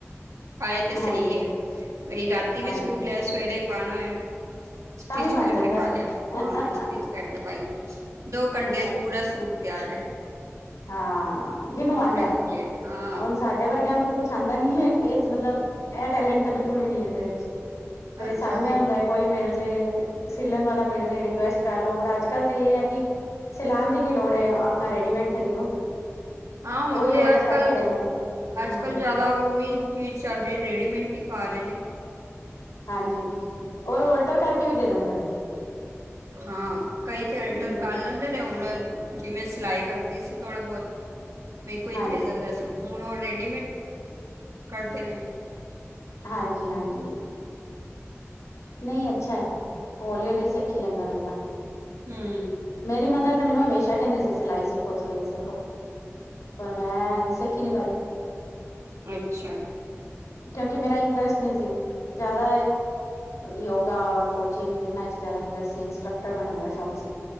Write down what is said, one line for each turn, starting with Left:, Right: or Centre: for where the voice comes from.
Right: ਆਏ ਤੇ ਸਹੀ
Left: ਹਾਂਜੀ
Right: ਹੈ। ਬਣੀ ਰਾਤੀ ਵੀ
Left: ਹਾਂਜੀ
Right: ਸੂਟ ਲੈ ਆਏ ਸਵੇਰੇ ਹੀ ਪਾਉਣਾ ਹੋਏ। ਸਟਿਚ
Left: ਤਾਂ ਵੀ ਬਣ
Right: ਕਰਕੇ
Left: ਜਾਂਦਾ
Right: ਪ ਲਿਆ। ਹਾਂ,
Left: ਨਹੀਂ
Right: ਸਟਿਚ ਕਰਕੇ ਪਾਲ- ਦੋ ਘੰਟਿਆਂ ਚ,
Left: ਅੱਛਾ
Right: ਪੂਰਾ ਸੂਟ ਤਿਆਰ ਹੈ।
Left: ਹਾਂ। ਜਿਹਨੂੰ ਆਉਂਦਾ
Right: ਪੂਰਾ
Left: ਹੈ।
Right: ਕੰਪਲੀਟ ਹਾਂ
Left: ਹੁਣ, ਸਾਡੇ ਵਰਗਿਆਂ ਨੂੰ, ਤਾਂ ਕੁਛ। ਛ ਆਂਦਾ ਨਹੀਂ ਹੈ। ਇਹ, ਮਤਲਬ ਇਹ ਟੈਲੈਂਟ ਤਾਂ, ਬਿਲਕੁਲ ਵੀ ਨਹੀਂ ਹੈ। ਮੇਰੇ ਚ ਤੇ,
Right: ਅੱਛਾ
Left: ਸਾਨੂੰ
Right: ਜੀ
Left: ਇਹ ਹੁੰਦਾ। ਕੋਈ ਮਿਲ ਜੇ, ਸਿਲਣ ਵਾਲਾ, ਮਿਲ ਜੇ ਰਿਕੁਐਸਟ ਕਰ ਲੋ। ਔਰ ਅੱਜ ਕੱਲ, ਤਾਂ ਇਹ ਹੈ, ਕਿ। ਸੈਲਾਨ ਦੀ, ਕੀ ਲੋੜ ਹੈ। ਆਪਣਾ, ਰੈਡੀਮੇਡ ਖਰੀਦੋ।
Right: ਹਾਂ। ਹੁਣ
Left: ਉਹੀ
Right: ਤੇ,
Left: ਓਲਟਰ
Right: ਅੱਜ
Left: ਕਰਕੇ
Right: ਕੱਲ,
Left: ਦੇ ਦਿੰਦੇ
Right: ਅੱਜ
Left: ਹਮ
Right: ਕੱਲ ਜ਼ਿਆਦਾ। ਉਹੀ ਚੀਜ਼, ਚੱਲ ਰਹੀ। ਰੇਡੀਮੇਡ ਹੀ ਪਾ ਰਹੇ ਨੇ।
Left: ਹਾਂਜੀ। ਔਰ ਔ ਓਲਟਰ, ਕਰਕੇ ਵੀ ਦੇ ਦਿੰਦੇ ਨੇ।
Right: ਹਾਂ। ਕਈ ਤੇ, ਅਲਟਰ
Left: ਹਮ
Right: ਕਾਰ ਲੇ। ਤਦੇ ਨੇ ਹੁਣ, ਜਿਵੇਂ ਸਿਲਾਈ ਕਰਦੀ ਸੀ। ਥੋੜਾ- ਬਹੁਤ ਬਣੀ, ਕੋਈ
Left: ਹਾਂਜੀ
Right: ਦੇ ਜਾਂਦਾ ਸੀ। ਹੁਣ, ਉਹ ਰੈਡੀਮੇਡ ਕਰਦੇ ਨੇ।
Left: ਹਾਂਜੀ- ਹਾਂਜੀ। ਨਹੀਂ, ਅੱਛਾ ਹੈ। ਹੌਲੀ- ਹੌਲੀ, ਸਿੱਖੀ ਲੈਂਦਾ ਬੰਦਾ।
Right: ਹੂੰ
Left: ਮੇਰੀ ਮਦਰ, ਤੇ ਮੈਨੂੰ, ਹਮੇਸ਼ਾ ਕਹਿੰਦੇ ਸੀ। ਸਿਲਾਈ ਸਿੱਖੋ, ਸਿਲਾਈ ਸਿੱਖੋ। ਪਰ ਮੈਂ, ਸਿੱਖੀ ਨੀ ਪਾਈ।
Right: ਅੱਛੇਆ।
Left: ਕਿਉਂਕਿ, ਮੇਰਾ ਇੰਟਰਸਟ ਨਹੀਂ ਸੀ। ਜ਼ਿਆਦਾ ਯੋਗਾ, ਔਰ ਕੋਚਿੰਗ, ਇਹਨਾਂ ਚ ਜ਼ਿਆਦਾ ਇੰਟਰਸਟ ਸੀ। ਇੰਸਟਰਕਟਰ ਬਣਨ ਦਾ ਸ਼ੌਕ।